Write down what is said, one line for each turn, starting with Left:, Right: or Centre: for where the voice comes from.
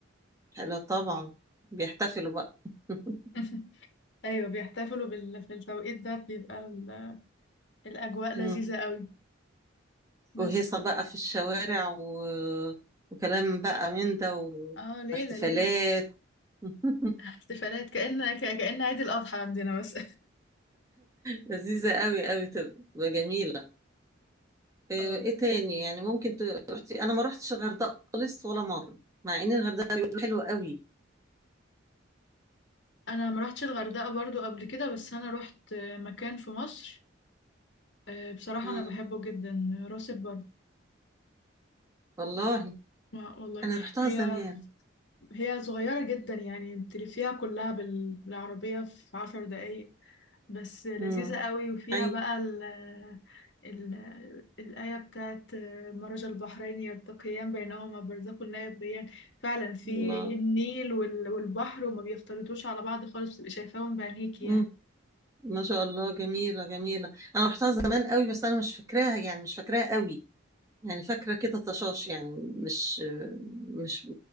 Right: حلو طبعا بيحتفلوا بقى <laughs>
Left: <laughs> أيوة بيحتفلوا بال... في التوقيت ده بيبقى ال... الأجواء لذيذة
Right: مم.
Left: قوي بس
Right: وهيصة بقى في الشوارع و... وكلام بقى من ده و...
Left: اه ليلة
Right: واحتفالات
Left: ليلة
Right: <laughs>
Left: <laughs> احتفالات كأن ك... كأن عيد الأضحى عندنا بس
Right: لذيذة قوي قوي تبقى جميلة
Left: <laughs>
Right: ايه
Left: اه
Right: إيه تاني يعني ممكن ت- رحتي انا ما رحتش الغردقه خالص ولا مره مع ان الغردقه بيقولوا حلوه قوي
Left: أنا ما روحتش الغردقة برضو قبل كده بس أنا روحت مكان في مصر آه، بصراحة
Right: امم
Left: أنا بحبه جدا راس البر
Right: والله
Left: والله
Right: انا رحتها
Left: هي
Right: زمان
Left: هي صغيرة جدا يعني تلفيها كلها بال- بالعربية في عشر دقايق بس لذيذة
Right: امم
Left: قوي وفيها
Right: اي
Left: بقى ال ال الآية بتاعت مرج البحرين يلتقيان بينهما برزخ لا يبغيان فعلا في
Right: الله
Left: النيل وال- والبحر وما بيختلطوش على بعض خالص بتبقي شايفاهم بعينيكي يعني
Right: امم ما شاء الله جميله جميله انا رحتها زمان قوي بس انا مش فاكراها يعني مش فاكراها قوي يعني فاكره كده طشاش يعني مش مش